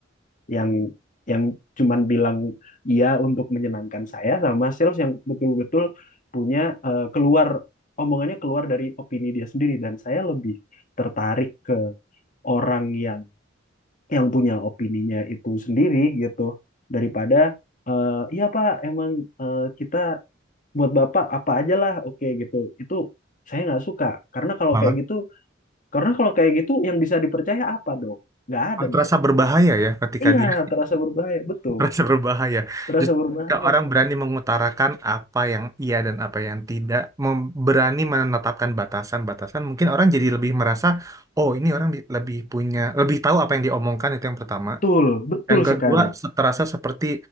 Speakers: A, on the left; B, on the right.
A: yang yang cuman bilang iya untuk menyenangkan saya sama sales yang betul-betul punya eh, keluar omongannya keluar dari opini dia sendiri dan saya lebih tertarik ke orang yang yang punya opininya itu sendiri gitu daripada eh, iya Pak emang eh, kita buat Bapak apa aja lah oke gitu itu saya nggak suka karena kalau
B: Malah
A: kayak gitu karena kalau kayak gitu yang bisa dipercaya apa dong nggak ada
B: malah terasa
A: dong
B: berbahaya ya ketika
A: iya
B: dia
A: terasa berbahaya betul
B: <laughs> merasa berbahaya.
A: terasa
B: Justru
A: berbahaya
B: ketika orang berani mengutarakan apa yang iya dan apa yang tidak, mem- berani menetapkan batasan-batasan, mungkin orang jadi lebih merasa, oh ini orang bi- lebih punya, lebih tahu apa yang diomongkan itu yang pertama.
A: betul betul
B: Yang
A: sekali
B: kedua, terasa seperti,